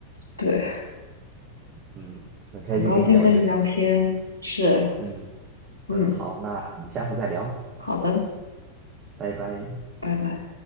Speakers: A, on the left; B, on the right.
A: 对，
B: 嗯，很开心跟你聊这些。
A: 很高兴跟你聊天，是，
B: 嗯
A: 嗯，
B: 嗯，好，那我们下次再聊，
A: 好的，
B: 拜拜。
A: 拜拜。